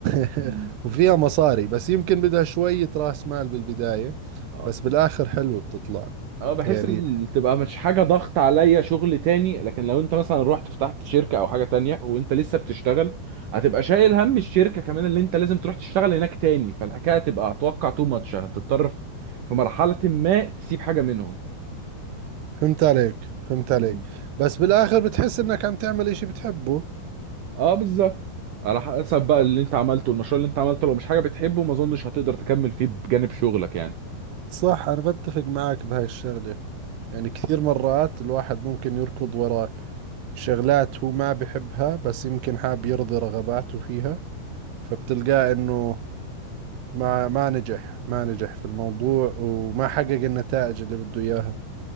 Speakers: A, on the right (about 70°); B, on the right (about 80°).
A: <laughs>
B: مم.
A: وفيها مصاري بس يمكن بدها شوية راس مال بالبداية
B: آه.
A: بس بالاخر حلوة بتطلع
B: اه بحس
A: يعني
B: ان تبقى مش حاجه ضغط عليا شغل تاني لكن لو انت مثلا رحت فتحت شركه او حاجه تانية وانت لسه بتشتغل هتبقى شايل هم الشركه كمان اللي انت لازم تروح تشتغل هناك تاني فالحكايه هتبقى اتوقع تو ماتش هتضطر في في مرحله ما تسيب حاجه منهم
A: فهمت عليك فهمت
B: مم.
A: عليك بس بالاخر بتحس انك عم تعمل اشي بتحبه
B: اه بالظبط على حسب بقى اللي انت عملته المشروع اللي انت عملته لو مش حاجه بتحبه ما اظنش هتقدر تكمل فيه بجانب شغلك يعني
A: صح أنا بتفق معك بهاي الشغلة يعني كثير مرات الواحد ممكن يركض وراء شغلات هو ما بحبها بس يمكن حاب يرضي رغباته فيها فبتلقاه إنه ما ما نجح ما نجح في الموضوع وما حقق النتائج اللي بده إياها